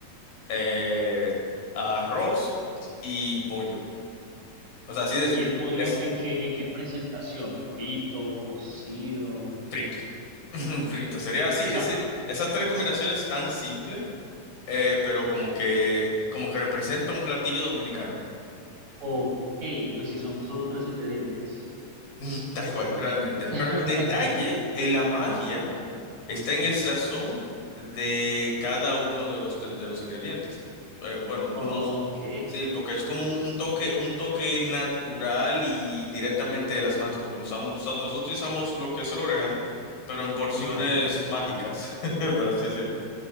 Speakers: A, on the left; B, on the right.
A: eh, arroz y pollo. O sea, así de simple.
B: ¿Y el pollo
A: Es
B: en qué, en qué presentación? ¿Frito, cocido?
A: frito. <laughs> Frito. Sería así.
B: O sea,
A: Ese, esas tres combinaciones tan simple, eh, pero como que, como que representa un platillo dominicano.
B: ok, pues si son solo tres ingredientes.
A: <laughs> Tal cual, realmente.
B: <laughs>
A: Pero el detalle, en la magia.
B: Ajá.
A: Está en el sazón de cada uno de los, tre- de los ingredientes. Eh, bueno, no,
B: Ok.
A: s- sí, porque es como un, un toque, un toque natural y directamente de las matas, porque nos usamos- nosa- nosotros utilizamos lo que es el orégano, pero en porciones
B: Ujú.
A: mágicas, <laughs> por así decirlo.